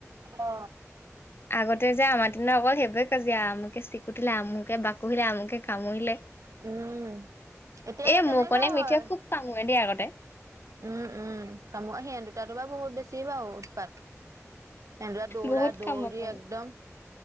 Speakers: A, on the right; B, on the left.
A: অ।
B: আগতে যে আমাৰ দিনত অকল সেইবোৰে কাজিয়া আ চিকুটিলে আমুকে বাকুহিলে আমুকে কামুৰিলে
A: উম। এতিয়া
B: এ
A: সেই তেনেকুৱাই
B: মোৰকণে
A: হয়
B: মিঠে খুব কামুৰে দেই আগতে
A: উম- উম কামো সিহত দুটাতো বা বহুত বেছি বাৰু উৎপাত তেনেদৰে দৌৰা
B: বহুত
A: দৌৰি
B: কামোৰে কামোৰে
A: একদম,